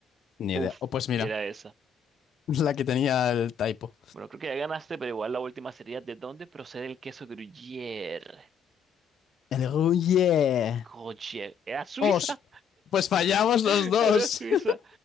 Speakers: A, on the left; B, on the right.
A: Ni
B: Uf,
A: idea. O pues mira,
B: y era esa.
A: <laughs> la que tenía el typo.
B: Bueno, creo que ya ganaste, pero igual la última sería ¿de dónde procede el queso Gruyère?
A: El oh yeah.
B: Gruyère. ¿Era Suiza?
A: Os. Pues fallamos
B: <laughs>
A: los dos.
B: Era Suiza.
A: <laughs>